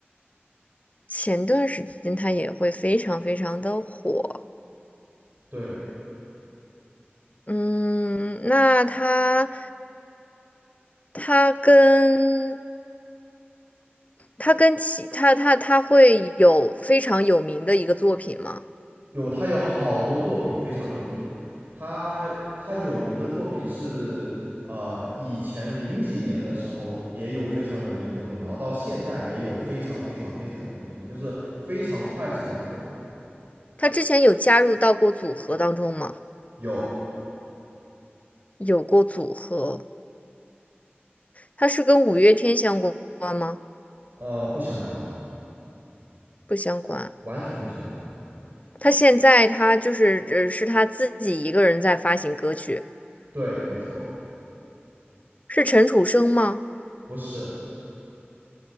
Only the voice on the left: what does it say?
前段时间他也会非常非常的火。
嗯，那他他跟他跟其他他他会有非常有名的一个作品吗？
他之前有加入到过组合当中吗？
有过组合，他是跟五月天相关吗？
不相关。
他现在他就是呃是他自己一个人在发行歌曲，
是陈楚生吗？